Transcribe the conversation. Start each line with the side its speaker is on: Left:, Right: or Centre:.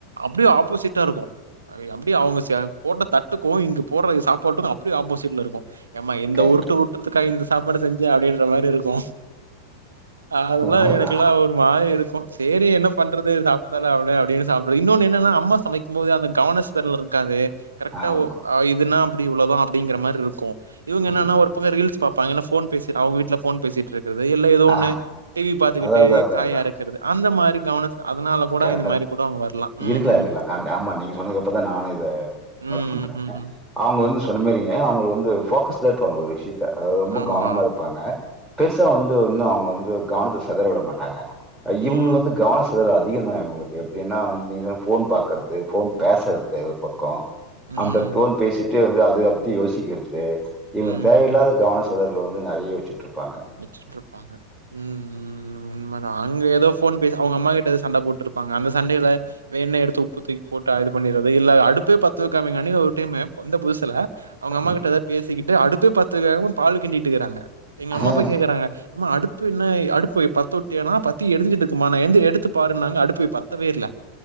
Right: அப்டியே ஆப்போசிட்டா இருக்கு அ அப்டியே அவுங்க சே போட்ட தட்டுக்கு இங்க போட்ற சாப்பாட்டுக்கு அப்டியே ஆப்போசிட்ல இருக்கு ஏம்மா இந்த
Centre: கண்
Right: உருட்டு உருட்டுறதுக்கா இந்த சாப்பாடு செஞ்சு அப்டின்ற மாரி இருக்கு அதெல்லா
Centre: உண்மதான்.
Right: எனக்கெல்லா ஒரு மாரி இருக்கு சேரி என்ன பண்றது சாப்டு தான ஆவனு அப்டினு சாப்டுவ இன்னொனு என்னன்னா அம்மா சமைக்கும் போது அந்த கவனஸ் சிதறல் இருக்காது கரெட்டா
Centre: ஆமா.
Right: ஒ அ இதுனா அப்டி இவ்ளோதா அப்டிங்கிற மார் ருக்கு இவங் என்னன்னா
Centre: ம்.
Right: ஒரு பக்க ரீல்ஸ் பாப்பாங்க இல்னா ஃபோன் பேசிர் அவுங்க வீட்ல ஃபோன் பேசிட்ருக்கறது இல்ல ஏதோ
Centre: ஆ
Right: ஒன்னு டி வி பாத்துகிட்டே
Centre: அதான் அதான் அதான்
Right: காய அறுக்கறது அந்த மாரி கவன சி அதனால கூட
Centre: கரெக்டா
Right: இந்த மாரி
Centre: சார்
Right: கூட அவங்க வரலாம். ம்,
Centre: இருக்லா
Right: ம்.
Centre: இருக்லா க ஆமா நீங்க சொன்னதுக்கு அப்றதா நானு இத நோட்
Right: ம்,
Centre: பண்ற
Right: ம்.
Centre: அவுங்க வந்து சொன்ன மாரிங்க அவுங்க வந்து ஃபோகஸ்டா இருப்பாங்க ஒரு விஷ்யத்த அதாவது ரொம்ப
Right: ஆமா.
Centre: கவனமா இருப்பாங்க பெருசா வந்து ஒன்னு அவுங்க வந்து கவனத்த செதற விட மாட்டாங்க அ
Right: ம்,
Centre: இவுங்குளுக் வந்து
Right: ம்.
Centre: கவன செதறாது அதிகந்தா இவுங்குளுக்கு எப்டின்னா வந்து நீங்க ஃபோன் பாக்கற்து ஃபோன் பேசர்து ஒரு பக்கோ
Right: ம்,
Centre: அந்த ஃபோன்
Right: ம்.
Centre: பேசிட்டே வந்து அதுகப்தி யோசிக்கிறது இவுங்க
Right: ம்,
Centre: தேவையில்லாத
Right: ம்.
Centre: கவன செ செதறல் வந்து நெறைய வெச்சுட்ருப்பாங்க
Right: வெச்சிட்ருப்பாங்க ம் ம் உண்மதா அ அங்க ஏதோ ஃபோன் பேசி அவுங்க அம்மா கிட்ட எத சண்ட போட்டிருப்பாங்க அந்த சண்டையில வேணுனே எடுத்து உப்பு தூக் போட்டு அ இது பண்ணிறது இல்ல அடுப்பே பத்த வெக்காமேங்காண்டி ஒரு டைமு வந்த புதுசுல அவுங்க அம்மா
Centre: ம்.
Right: கிட்ட எத பேசிக்கிட் டு அடுப்பே பத்தவைகாம பால்லு கிண்டிட்றிக்கறாங்க எங்க அம்மா
Centre: அஹ்,
Right: போய் கேக்கறாங்க ஏம்மா அடுப்பு என்ன அடுப்பு பத்துட் த்தியானா பத்தி எரிஞ்சிட்ருக்குமா <unintelligible> எங்க எடுத்து பாருன்னாங்க அடுப்பு பத்தவே இல்ல